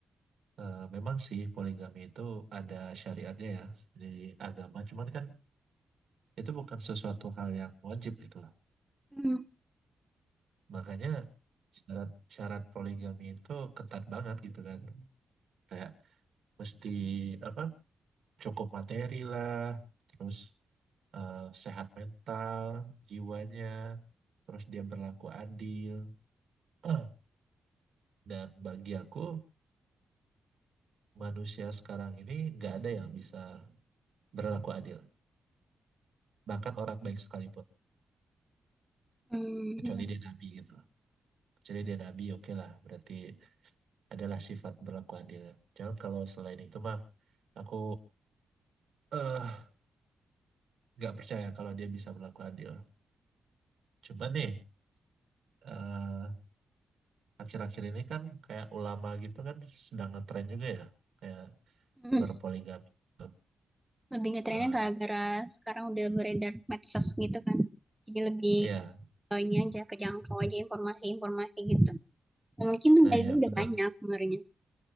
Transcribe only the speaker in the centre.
Mm.
Mm.
Mm.
Lebih ngetrennya
gara-gara sekarang udah beredar medsos gitu kan. Jadi lebih
Eee, ini aja, kejangkau aja informasi-informasi gitu. Eee, mungkin
dari
dulu
udah banyak sebenarnya.